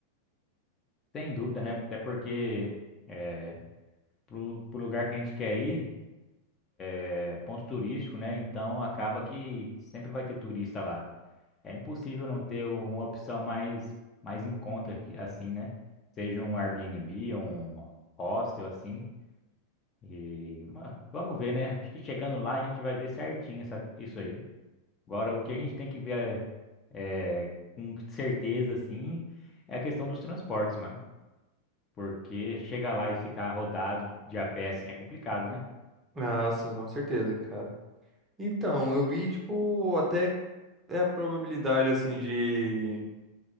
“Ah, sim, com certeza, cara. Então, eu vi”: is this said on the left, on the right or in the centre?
Right